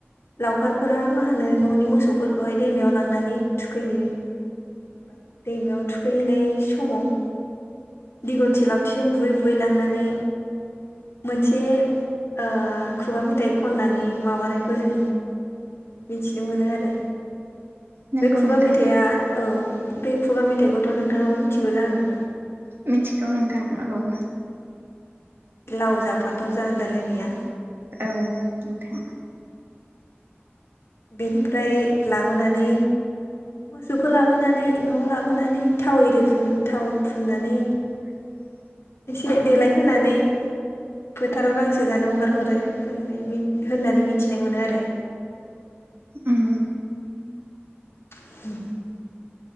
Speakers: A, on the left (about 75°); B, on the right (about 60°).
A: लावखारफोरा मा होनो न'नि मोसौफोरखौहाय दैमायाव लांनानै थुखैहैयो। ओमफाय दैमायाव थुखैहैनाय समाव दिगलथि लावथिजों बुयै बुयै लांनानै मोनसे ओ खुगा मेथाइ खननानै माबानायखौ जों मिथिनो मोनो आरो
B: नंगौ
A: बे खुगा
B: नोंथां
A: मेथाइआ औ बे खुगा मेथाइखौथ' नोंथाङाबो मिथिगौ जानांगौ।
B: मिथिगौ नोंथां औ।
A: लाव जा फान्थाव जा होनलाय लायनाया
B: औ नोंथां
A: बेनिफ्राय लाबोनानै मोसौखौ लाबोनानै न'आव लाबोनानै थाव एरि फुन थाव फुननानै
B: <inaudible>
A: एसे देलायहोनानै फोथाराव गांसो जानो हगार हरो होन-होननानै मिथिनो मोनो आरो।
B: अम
A: <inaudible>